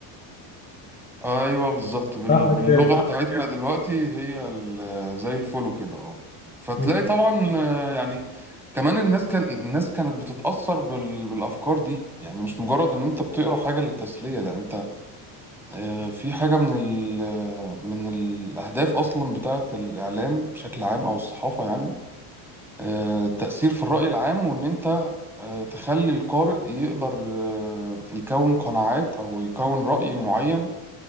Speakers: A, in the centre; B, on the left.
A: ايوه بالظبط بال...
B: صح
A: باللغه
B: كده
A: عندك بتاعتنا يعني دلوقتي هي ال- زي الفولو كده اه فتلاقي
B: مم.
A: طبعا آه، يعني كمان الناس كان الناس كانت بتتاثر بال... بالافكار دي يعني مش مجرد ان انت بتقرا حاجه للتسليه لا انت آه، في حاجه من ال... آه، من الاهداف اصلا بتاعه الاعلام بشكل عام او الصحافه يعني آه، التاثير في الراي العام وان انت آه، تخلي القارئ يقدر آه، يكون قناعات او يكون راي معين